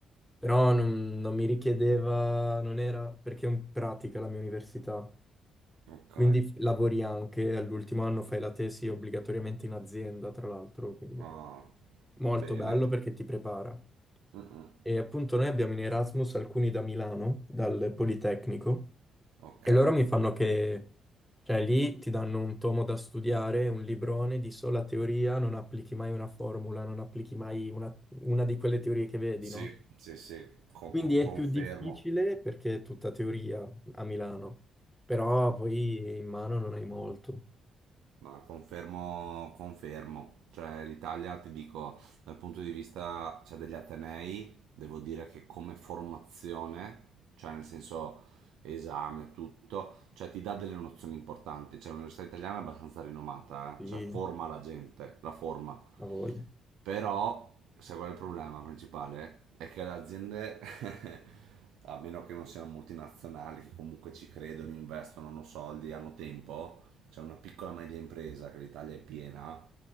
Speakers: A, in the centre; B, on the right.
A: però non, non mi richiedeva, non era perché è in pratica la mia università,
B: ok,
A: quindi f- lavori anche, all'ultimo anno fai la tesi obbligatoriamente in azienda, tra l'altro, quindi
B: Ah,
A: molto
B: bene,
A: bello perché ti prepara.
B: Mm, mm.
A: E appunto noi abbiamo in Erasmus alcuni da Milano, dal Politecnico,
B: ok,
A: e loro mi fanno che, cioè lì ti danno un tomo da studiare, un librone di sola teoria, non applichi mai una formula, non applichi mai una, una di quelle teorie che vedi,
B: sì,
A: no?
B: sì, sì, co-
A: Quindi
B: co-
A: è
B: confermo.
A: più difficile perché è tutta teoria a Milano, però poi in mano non hai molto,
B: Ma confermo, confermo, cioè l'Italia ti dico dal punto di vista cioè, degli Atenei, devo dire che come formazione, cioè nel senso esame, tutto, cioè ti dà delle nozioni importanti, cioè l'università italiana è abbastanza rinomata,
A: quindi
B: eh, Cioè forma la gente, la forma.
A: la voglio.
B: Però, sai qual è il problema principale? È che le aziende, <laughs> a meno che non siano multinazionali, che comunque ci credono, investono, hanno soldi, hanno tempo, c'è cioè una piccola media impresa che l'Italia è piena,